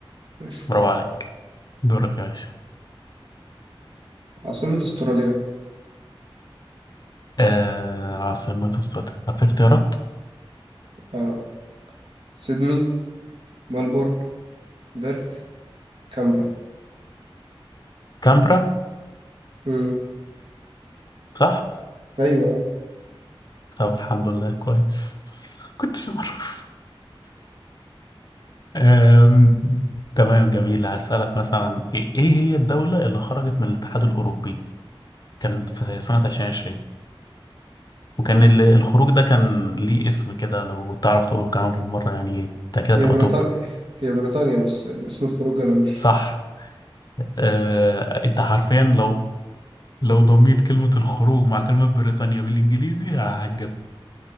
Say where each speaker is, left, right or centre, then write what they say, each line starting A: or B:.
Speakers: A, on the right (about 65°); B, on the left (about 45°).
A: ماشي
B: برافو عليك دورك يا باشا
A: عاصمة استراليا
B: آه عاصمة استراليا طب في اختيارات
A: اه سيدني ملبورن بيرث كامبرا
B: كامبرا
A: امم
B: صح؟
A: ايوه
B: طب الحمد لله كويس كنتش أعرف آم، تمام جميل هسألك مثلا إيه إيه هي الدولة اللي خرجت من الاتحاد الأوروبي؟ كان في سنة 2020 وكان ال- الخروج ده كان ليه اسم كده لو تعرف تقوله كمان بالمرة يعني أنت كده
A: هي
B: تبقى
A: بريطانيا
B: توب
A: هي بريطانيا بس الاسم الخروج انا مش
B: صح آه أنت حرفيا لو لو ضميت كلمة الخروج مع كلمة بريطانيا بالإنجليزي هتجيب